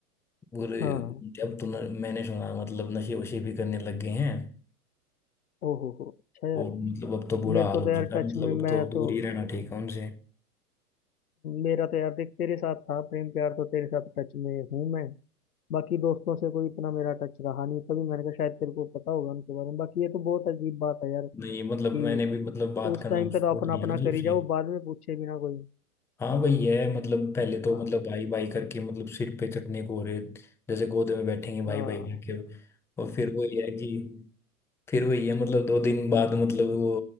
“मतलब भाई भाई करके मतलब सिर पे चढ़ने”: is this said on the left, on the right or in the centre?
Centre